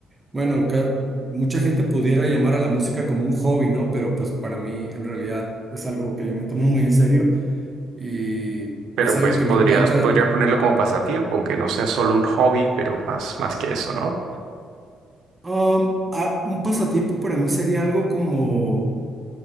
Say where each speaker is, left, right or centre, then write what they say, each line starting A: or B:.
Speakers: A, on the right (about 20°); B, on the right (about 85°).
A: bueno, ca- mucha gente pudiera llamar a la música como un hobby, ¿no? Pero pues para mí en realidad es algo que yo me tomo muy en serio y
B: Pero
A: es algo
B: pues
A: que
B: podrías,
A: me encanta.
B: podrías ponerlo como pasatiempo, aunque no sea solo un hobby, pero más, más que eso, ¿no?
A: Um, a- un pasatiempo para mí sería algo como...